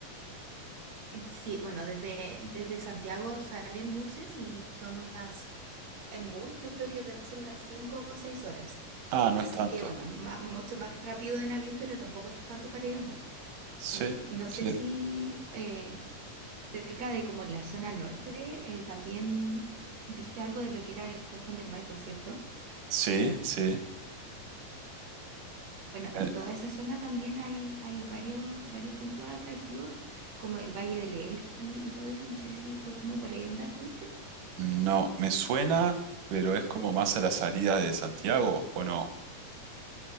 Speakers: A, on the right (about 55°); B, on the right (about 75°).
A: Sí, bueno, desde, desde Santiago salen buses y son unas, en bus yo creo que deben ser unas 5 o 6 horas.
B: Ah,
A: Así
B: no es tanto.
A: que bueno, es ma- mucho más rápido en avión, pero tampoco es tanto para ir en bus.
B: Sí,
A: Mm, No
B: sí,
A: sé si eh, cerca de como la zona norte eh, también viste algo de lo que era el Cajón del Maipo, ¿cierto?
B: sí, sí.
A: Bueno,
B: Eh,
A: en toda esa zona también hay, hay varios, varios puntos atractivos, como el Valle del Elqui y todo eso. No sé si fue como por ahí donde estuviste.
B: No, me suena, pero es como más a la salida de Santiago, ¿o no?